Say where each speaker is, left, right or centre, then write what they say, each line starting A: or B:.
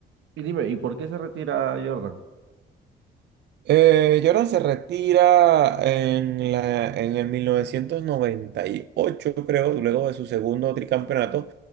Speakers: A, on the right; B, on the right.
A: Y dime, ¿y por qué se retira Jordan?
B: Eh, Jordan se retira en, la, en el 1998, creo, luego de su segundo tricampeonato,